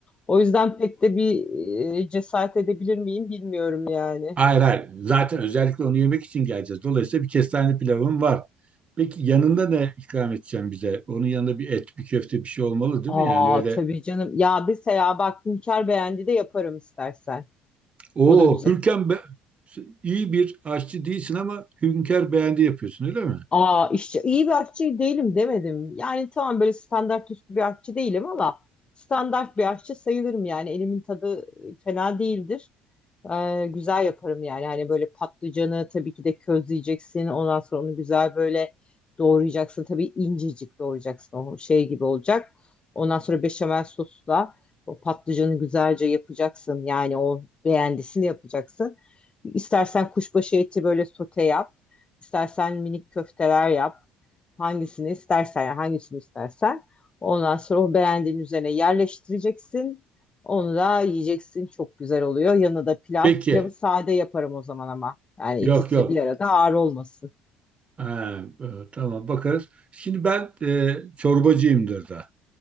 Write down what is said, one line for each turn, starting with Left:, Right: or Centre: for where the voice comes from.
Left: O yüzden pek de bir e, cesaret edebilir miyim bilmiyorum yani.
Right: Hayır hayır. Zaten özellikle onu yemek için geleceğiz. Dolayısıyla bir kestaneli pilavım var. Peki yanında ne ikram edeceğim bize? Onun yanında bir et, bir köfte bir şey olmalı değil
Left: Aa
Right: mi? Yani öyle
Left: tabii canım ya mesela bak Hünkar beğendi de yaparım istersen.
Right: Oo,
Left: O da güzel.
Right: Hürkem be, iyi bir aşçı değilsin ama Hünkar beğendi yapıyorsun öyle mi?
Left: Aa işçi iyi bir aşçı değilim demedim. Yani tamam böyle standart üstü bir aşçı değilim ama standart bir aşçı sayılırım yani elimin tadı fena değildir. Ee, güzel yaparım yani. Hani böyle patlıcanı tabii ki de közleyeceksin. Ondan sonra onu güzel böyle doğrayacaksın. Tabii incecik doğrayacaksın. O şey gibi olacak. Ondan sonra beşamel sosla o patlıcanı güzelce yapacaksın. Yani o beğendisini yapacaksın. İstersen kuşbaşı eti böyle sote yap. İstersen minik köfteler yap. Hangisini istersen yani hangisini istersen. Ondan sonra o beğendiğin üzerine yerleştireceksin. Onu da yiyeceksin. Çok güzel oluyor. Yanına da pilav.
Right: Peki.
Left: Pilavı sade yaparım o zaman ama. Yani
Right: Yok
Left: ikisi
Right: yok.
Left: bir arada ağır olmasın.
Right: Ha, e, tamam bakarız. Şimdi ben e, çorbacıyımdır da.